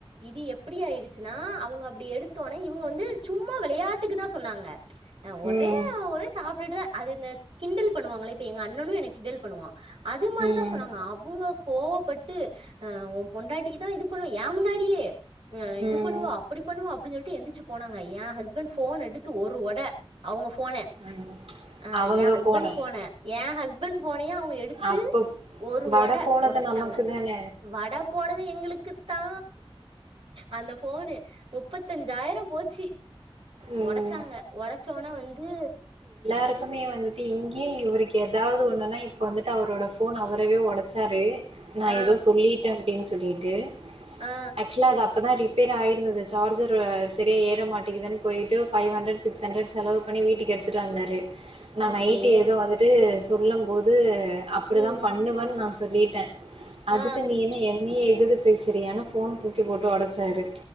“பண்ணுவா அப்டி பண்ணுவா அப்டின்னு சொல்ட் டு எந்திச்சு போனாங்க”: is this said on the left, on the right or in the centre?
Right